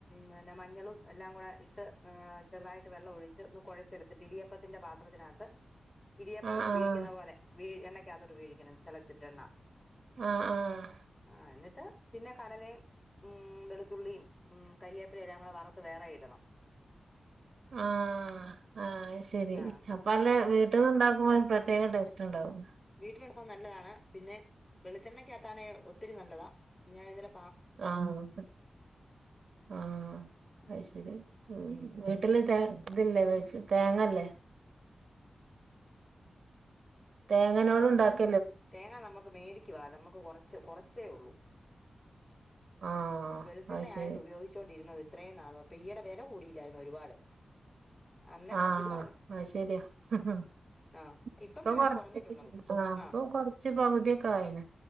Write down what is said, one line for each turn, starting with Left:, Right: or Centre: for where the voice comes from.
Left: പിന്നെ മഞ്ഞളും എല്ലാം കൂടെ ഇട്ട് ഏഹ് ചെറുതായിട്ട് വെള്ളം ഒഴിച്ച് ഒന്ന് കുഴച്ചെടുത്തിട്ട് ഇടിയപ്പത്തിന്റെ പാത്രത്തിനകത്ത്. ഇടിയപ്പം
Right: ആഹ് ആഹ്
Left: വീഴിക്കുന്ന പോലെ വീണ്. കുഴിക്കകത്തേക്ക് വീഴിക്കണം തിളച്ചിട്ട് എണ്ണ.
Right: ആഹ് ആഹ്
Left: ആഹ് എന്നി ട്ട് പിന്നെ കടലയും ഉം വെളുത്തുള്ളിയും ഉം കരിയേപ്പിലെല്ലാം വറുത്ത് വേറെ ഇടണം.
Right: ആഹ് ആഹ് ശരി
Left: ആ
Right: അപ്പൊ അല്ല. വീട്ടിന്ന് ഉണ്ടാക്കുമ്പോ ഒരു പ്ര പ്രത്യേക ടേസ്റ്റ് ഉണ്ടാവും.
Left: വീട്ടിൽ ഉണ്ടാവുമ്പോ നല്ലതാണ്. പിന്നെ വെളിച്ചെണ്ണയ്ക്ക് അകത്താണേൽ. ഒത്തിരി നല്ലതാ, ഞാനിന്നലെ
Right: ആഹ ആഹ
Left: ഉം
Right: അത്ശരി
Left: ഉം
Right: വീട്ടില ഇതില്ലേ വെജ് തേങ്ങല്ലേ തേങ്ങനോട്ണ്ടാക്ക
Left: തേങ്ങ നമുക്ക് മേടിക്കുവാ, നമുക്ക് കുറച്ച് കൊറച്ചേ ഉള്ളൂ.
Right: ആഹ്
Left: വെളിച്ചെണ്ണ
Right: അത് ശരി
Left: ആയിരുന്നു ഉപയോഗിച്ചോണ്ടിരുന്നത്, ഇത്രയും നാളോ അപ്പൊ ഈടെ വില കൂടിയില്ലായിരുന്നോ ഒരുപാട് അന്നേരം
Right: ആഹ
Left: ഇതുപോലുണ്ട്
Right: ആ ശരിയാ ഹഹ
Left: ആഹ്
Right: ഇപ്പൊ
Left: ഇപ്പം വില
Right: കൊറച്ച്
Left: കുറഞ്ഞിട്ടുണ്ടോ
Right: ആ അപ്പൊ
Left: ആഹ്
Right: കൊറച്ച് പകുതിയൊക്കെ ആയിന